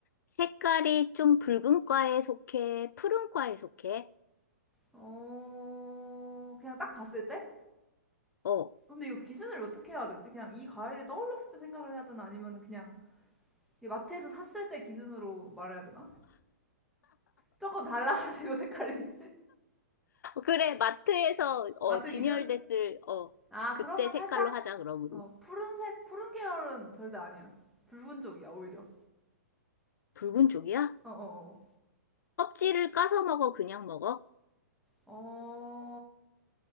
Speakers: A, on the left; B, in the centre.
A: 색깔이 좀 붉은 과에 속해? 푸른 과에 속해?
B: 어, 그냥 딱 봤을 때?
A: 어,
B: 근데 이거 기준을 어떻게 해야 되지? 그냥 이 과일을 떠올렸을 때 생각을 해야 되나? 아니면 그냥 마트에서 샀을 때 기준으로 말해야 되나? 조금 달라가지고 색깔이.
A: 그래, 마트에서,
B: <laughs>
A: 어,
B: 마트
A: 진열됐을,
B: 기준?
A: 어,
B: 아, 그러면
A: 그때 색깔로
B: 살짝,
A: 하자, 그럼 우리.
B: 어, 푸른색, 푸른 계열은 절대 아니야. 붉은 쪽이야, 오히려.
A: 붉은 쪽이야?
B: 어어어.
A: 껍질을 까서 먹어, 그냥 먹어?
B: 어,